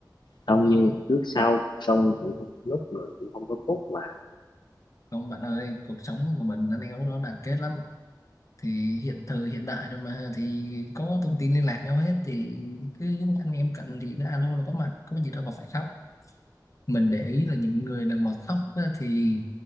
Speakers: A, on the left; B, on the left.
A: Xong
B: không
A: như trước sau Xong cũng không lúc người cũng không có phúc mà
B: không bạn ơi cuộc sống của mình anh em lúc đó đoàn kết lắm thì hiện thời hiện đại rồi mà thì có thông tin liên lạc nhau hết thì cứ anh em cần thì cứ alo là có mặt có gì đâu mà phải khóc mình để ý là những người nào mà khóc á, thì